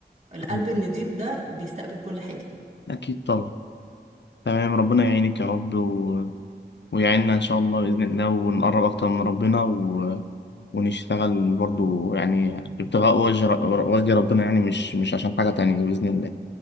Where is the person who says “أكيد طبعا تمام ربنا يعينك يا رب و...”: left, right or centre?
Left